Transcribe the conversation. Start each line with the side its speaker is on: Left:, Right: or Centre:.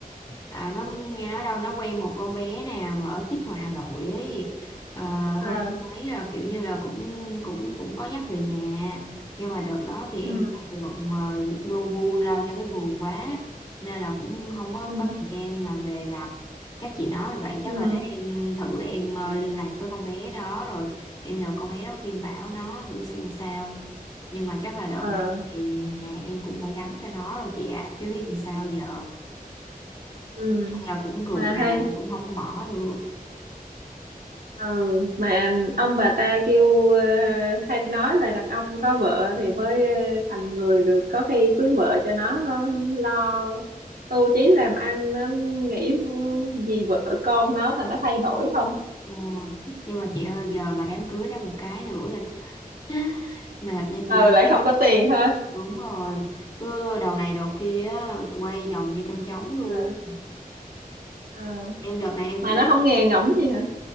Left: À, nó nghe nói đâu nó quen một con bé nè mà ở tít ngoài Hà Nội ấy à,
Right: À,
Left: hôm tôi thấy là kiểu như là cũng cũng cũng có dắt về nhà nhưng mà đợt đó thì em
Right: ừ,
Left: thì bận ờ, lu bu lao cho cái vườn quá nên là cũng không có
Right: ừ,
Left: có thời gian mà về gặp các chị nói vậy chắc
Right: ừ,
Left: là để em thử em ờ, liên lạc với con bé đó rồi em nhờ con bé đó khuyên bảo nó thử xem sao nhưng mà chắc là đợt
Right: ờ,
Left: này thì nhà em cũng phải gánh cho nó rồi chị ạ à, chứ biết làm sao giờ
Right: ừ.
Left: Nói chung là cũng ruột
Right: Mà hay,
Left: rà cũng cũng không có bỏ được
Right: ừ, mà ông bà ta kêu ờ, hay nói là đàn ông có vợ thì mới ờ, thành người được. Có khi cưới vợ cho nó nó lo tu chí làm ăn nó nghĩ gì vợ con nó mà nó thay đổi không?
Left: Ờ, nhưng mà chị ơi giờ mà đám cưới đó một cái nữa là <laughs> mệt nha chị
Right: Ừ,
Left: ơi
Right: lại không có tiền ha.
Left: đúng rồi cứ đầu này đầu kia á, quay vòng như trong trống luôn
Right: À. à,
Left: em đợt này em
Right: mà
Left: cũng
Right: nó không nghe ngẫm gì hả